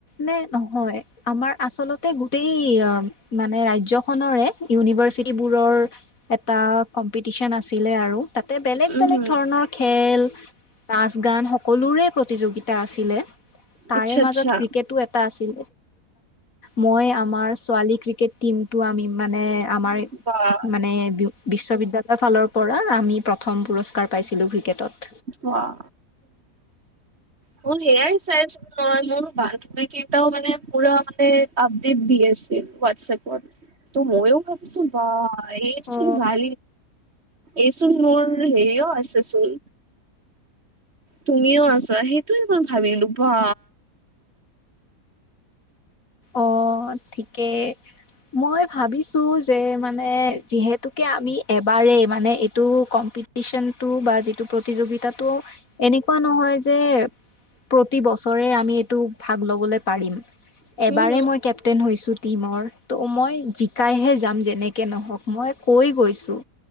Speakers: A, on the left; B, on the right.
A: নে নহয় আমাৰ আচলতে গোটেই অ মানে ৰাজ্যখনৰে ইউনিভাৰ্চিটি বোৰৰ এটা কম্পি টিচন আছিলে আৰু তাতে বেলেগ
B: উম
A: বেলেগ
B: হম
A: ধৰণৰ খেল নাচ গান সক সকলোৰে প্ৰতিযোগিতা আছিলে তাৰে
B: আচ্ছা
A: মাজত
B: আচ্ছা
A: ক্ৰিকেটো এটা আছ ছিল মই আমাৰ ছোৱালী ক্ৰিকেট টিম টো আমি মানে আমাৰ
B: বাহ
A: মানে বিশ্ববিদ্যা লয়ৰ ফালৰ পৰা আমি প্ৰথম পুৰস্কাৰ পাইছিলোঁ ক্ৰিকেটত
B: ওৱাও মই সেইয়াই চাইছিলো নহয় মোৰ বান্ধবীকেইটাও কেইটাও মানে পুৰা মানে আপডেট দি দি আছিল হোৱাটছএপত ত মইও ভাবিছো বা এই
A: অ
B: চোন ভাল এইচোন মোৰ হেৰিও আছে চোন তুমিও আছা সেইটো মই ভাবিলো বা।
A: অ' ঠিকে মই ভাবিছো যে মানে যিহেতুকে আমি এবাৰেই মানে এইটো কম্পিটিচনটো বা যিটো প্ৰতিযোগিতাটো এনেকুৱা নহয় যে প্ৰতি বছৰে আমি এইটো ভাগ ল'বলে পাৰিম
B: উম
A: এবাৰেই
B: হম
A: মই কেপটেইন হৈছোঁ টীমৰ ত' মই জিকাইহে যাম যেনেকে নহওক। মই কৈ গৈছোঁ